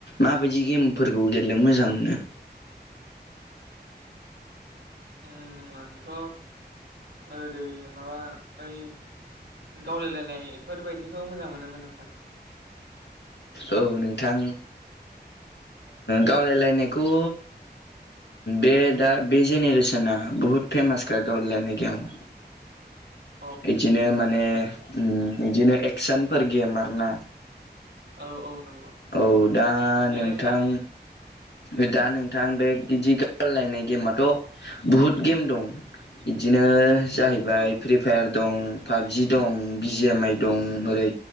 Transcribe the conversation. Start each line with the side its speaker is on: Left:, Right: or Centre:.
Left: माबायदि गेमफोरखौ गेलेनो मोजां मोनो
Right: उम आंथ' ओरै माबा ओइ गावलायलायनाय फोरफोरबायदिखौ मोजां मोनोमोन नोंथां।
Left: औ नोंथां गावलायलायनायखौ बे दा बे जेनेरेसना बुहुत फेमासखा गावलायनाय गेमाव
Right: औ
Left: इदिनो माने इदिनो एक्सनफोर गेम आरोना
Right: औ औ नंगौ।
Left: औ दा
Right: बुलायलायनाय
Left: नोंथां ओमफाय दा नोंथां बे इदि गालायनाय गेमाथ' बुहुत गेम दं। बिदिनो जाहैबाय
Right: औ
Left: फ्रि फायार दं, पाबजि दं, बिजि एम आइ दं ओरै